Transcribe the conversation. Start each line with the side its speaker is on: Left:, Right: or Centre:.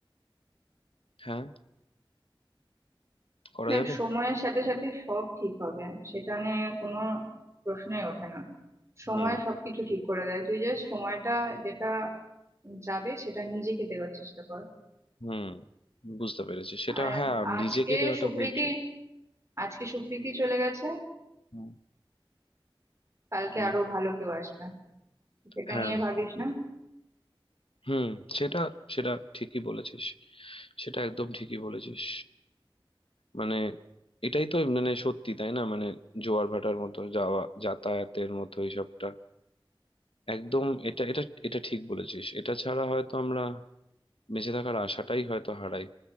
Left: হ্যাঁ করা
Right: দেখ
Left: যাবে
Right: সময়ের সাথে সাথে সব ঠিক হবে সেটা নিয়ে কোনো প্রশ্নই ওঠে না সময়
Left: হুম
Right: সবকিছু ঠিক করে দেয় তুই জাস্ট সময়টা যেটা যাবে সেটা নিজেকে দেওয়ার চেষ্টা কর
Left: হুম বুঝতে পেরেছি সেটা
Right: আর
Left: হ্যাঁ
Right: আজকে
Left: নিজেকে দেওয়াটা
Right: সুপ্রীতি
Left: খুব জোর
Right: আজকে সুপ্রীতি চলে গেছে
Left: হুম
Right: কালকে
Left: হুম
Right: আরো ভালো কেউ আসবে সেটা
Left: হ্যাঁ
Right: নিয়ে ভাবিস না
Left: হুম সেটা সেটা ঠিকই বলেছিস সেটা একদম ঠিকই বলেছিস মানে এটাই তো মানে সত্যি তাই না মানে জোয়ার ভাটার মতো যাওয়া যাতায়াতের মতো এইসবটা একদম এটা এটা এটা ঠিক বলেছিস এটা ছাড়া হয়তো আমরা বেঁচে থাকার আশাটাই হয়তো হারাই